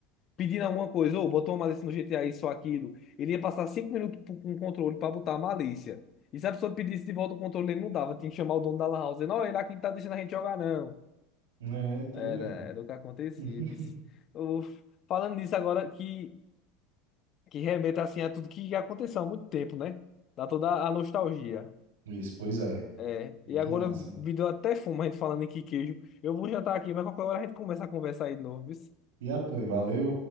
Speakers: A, on the left (about 45°); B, on the right (about 85°).
A: pedindo alguma coisa, ou botou uma malícia no GTA, isso ou aquilo, ele ia passar cinco minutos p- com o controle para botar a malícia. E se a pessoa pedisse de volta o controle, ele não dava, tinha que chamar o dono da lan house, não, ele aqui não tá deixando a gente jogar não.
B: É, tô
A: Era,
B: ligado.
A: era o que acontecia.
B: <laughs>
A: vice. Eu- falando nisso agora que, que remeta assim a tudo que aconteceu há muito tempo, né? Dá toda a nostalgia.
B: Isso, pois é.
A: É.
B: Muito
A: E agora
B: massa.
A: me deu até fome a gente falando em que queijo. Eu vou jantar aqui, mas qualquer hora a gente começa a conversar aí de novo. viu?
B: E apoio, valeu.